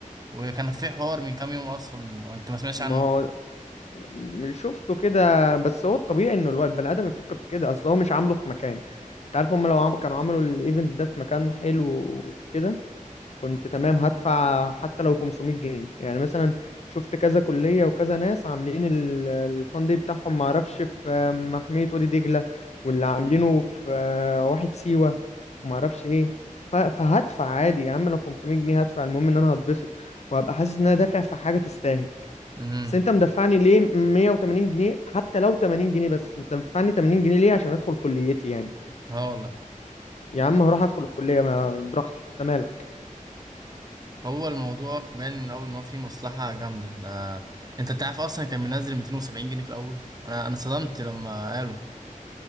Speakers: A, on the right (about 30°); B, on the left (about 50°).
A: وكان في حوار من كام يوم أصلا وانت ما سمعتش
B: ما
A: عنه
B: هو م- شفته كده بس هو الطبيعي انه الواد البني ادم يفكر في كده اصل هو مش عامله في مكان انت عارف هم لو عم... كانوا عملوا الايفنت ده في مكان حلو وكده كنت تمام هدفع حتى لو 500 جنيه يعني مثلا شفت كذا كلية وكذا ناس عاملين ال- الفان دي بتاعهم معرفش في محمية وادي دجلة واللي عاملينه
A: مم.
B: في واحد سيوة ومعرفش ايه ف- فهدفع عادي يا عم لو 500 جنيه هدفع المهم ان انا هتبسط وهبقى حاسس ان انا دافع في حاجة تستاهل
A: امم
B: بس انت مدفعني ليه 180 جنيه حتى لو 80 جنيه بس انت مدفعني 80 جنيه ليه عشان ادخل كليتي يعني
A: اه والله
B: يا عم هروح ادخل الكلية ما براحتي انت مالك
A: هو الموضوع باين من الاول ان هو فيه مصلحه جامده ده انت تعرف اصلا كان منزل 270 جنيه في الاول انا انا صدمت لما قالوا